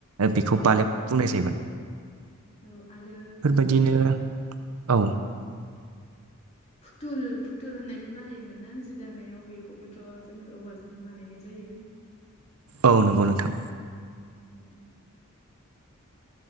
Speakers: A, on the right; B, on the left.
A: बेखौ
B: औ औ
A: बालेब बुंनाय जायोमोन
B: औ आरो
A: बिदिनो औ
B: फुथुल फुथुल होननायबो बाहायोमोन ना जि दानायाव बेखौबोथ' जोङो औवाजों बानायनाय जायो
A: औ नंगौ नोंथां
B: उम <inaudible>